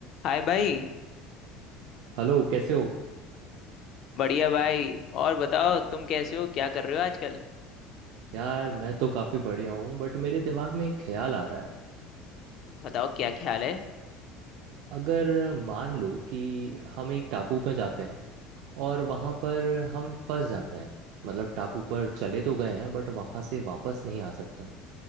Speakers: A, on the left; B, on the right.
A: हाय भाई
B: Hello कैसे हो
A: बढ़िया भाई और बताओ तुम कैसे हो क्या कर रहे हो आजकल
B: यार मैं तो काफ़ी बढ़िया हूँ बट मेरे दिमाग में एक ख्याल आ रहा है
A: बताओ क्या ख्याल है
B: अगर मान लो कि हम एक टापू पे जाते हैं और वहाँ पर हम फंस जाते हैं मतलब टापू पर चले तो गए हैं बट वहाँ से वापस नहीं आ सकते हैं